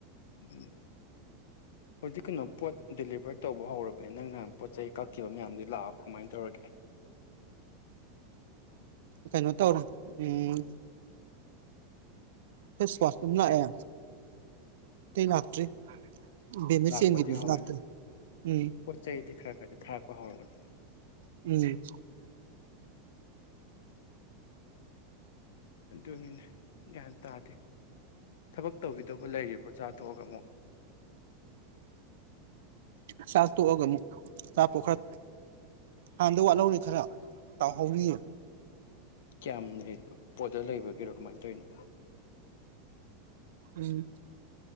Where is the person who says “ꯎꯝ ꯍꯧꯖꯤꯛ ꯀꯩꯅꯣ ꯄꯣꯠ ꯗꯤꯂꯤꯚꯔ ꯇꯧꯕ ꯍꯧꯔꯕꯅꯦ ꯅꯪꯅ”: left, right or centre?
Left